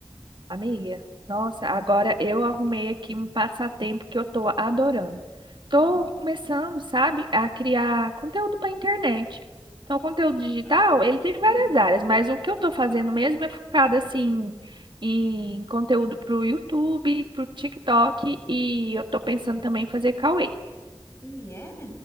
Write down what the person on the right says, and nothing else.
amiga, nossa, agora eu arrumei aqui um passatempo que eu tô adorando. Tô
começando, sabe, a criar conteúdo pra internet. Então, o conteúdo digital,
ele tem várias
áreas, mas o que eu tô fazendo mesmo é focado, assim, em conteúdo pro YouTube, pro TikTok, e eu tô pensando também em fazer Cauê.